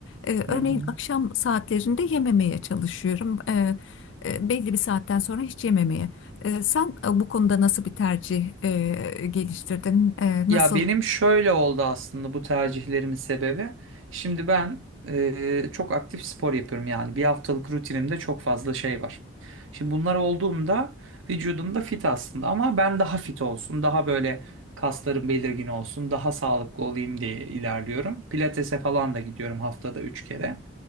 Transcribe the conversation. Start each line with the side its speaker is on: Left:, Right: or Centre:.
Left: E, örneğin
Right: Hı hı.
Left: akşam saatlerinde yememeye çalışıyorum. E, e, belli bir saatten sonra hiç yememeye. E, sen e, bu konuda nasıl bir tercih e, geliştirdin? E,
Right: Ya
Left: nasıl?
Right: benim şöyle oldu aslında bu tercihlerimin sebebi. Şimdi ben e, çok aktif spor yapıyorum yani bir haftalık rutinimde çok fazla şey var. Şimdi bunlar olduğumda vücudum da fit aslında ama ben daha fit olsun, daha böyle kaslarım belirgin olsun, daha sağlıklı olayım diye ilerliyorum. Pilatese falan da gidiyorum haftada 3 kere.